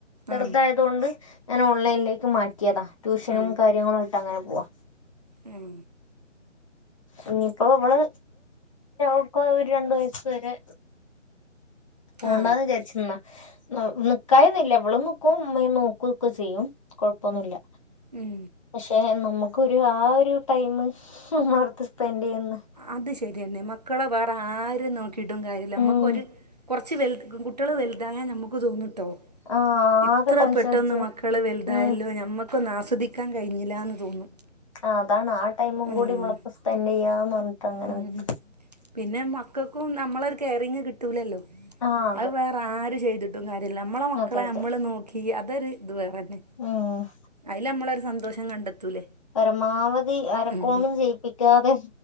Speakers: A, on the left (about 25°); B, on the right (about 35°).
A: ചെറുതായതോണ്ട്
B: ആ
A: ഞാൻ ഓൺലൈനിലേക്ക് മാറ്റിയതാ ട്യൂഷനും
B: ആ
A: കാര്യങ്ങളു ആയിട്ട് അങ്ങനെ പോവാ
B: ഉം
A: ഇനിയിപ്പോ ഇവള് ഉപ്പ ഒരു രണ്ട് വയസ് വരെ പോണ്ടാന്ന്
B: ആ
A: വിചാരിച്ചിന്നാ നിക്കായൊന്നുല്ല വിളും നിക്കും മ്മ നോക്ക ഒക്കെ ചെയ്യും കൊഴപ്പൊന്നുമില്ല
B: ഉം
A: പക്ഷെ നമുക്കാെരു ആ ഒരു ടൈം <unintelligible> ടുത്ത് സ്പെൻഡയ്യുന്ന-
B: അത് ശരിയന്നെ മക്കളെ വേറെ ആര് നോക്കീട്ടും കാര്യല്ല നമ്മക്കൊര്-
A: ഉം
B: കൊറച്ച് വൽ കുട്ട്യാൾ വൽതായാ നമുക്കും സുഖം കിട്ടും
A: ആഹ്
B: ഇത്ര
A: ആകെ ടെൻഷൻ
B: പെട്ടെന്ന്
A: അടിച്ച്
B: മക്കള് വലുതായല്ലോ
A: ഉം
B: ഞമ്മക്ക് പ്പൊന്ന് ആസ്വദിക്കാൻ കഴിഞ്ഞിലാന്ന് തോന്നും
A: ആഹ് അതാണ് ആ ടൈമും
B: ഉം
A: കൂടി മ്മളപ്പം സ്പെൻഡ് ചെയ്യാന്ന് പറഞ്ഞിട്ട് അങ്ങനെ
B: ഉം
A: നിക്ക്
B: പിന്നെ മക്കൾക്കും നമ്മളെ ഒരു കെയറിങ്ങ് കിട്ടി ത്തൂലല്ലോ
A: ആഹ് അതെ
B: അഅ് വേറെ ആര് ചെയ്തിട്ടും കാര്യ നമ്മളെ മക്കളെ
A: അതെ അതെ
B: നമ്മള് നോക്കി അതൊരു ഇത് വേറെന്നെ
A: ഉം
B: അതില് നമ്മളൊരു സന്തോഷം കണ്ടെത്തൂലേ
A: പരമാവധി അരക്കോണ്ടുചെയ്യിപ്പിക്കാതെ
B: ഉം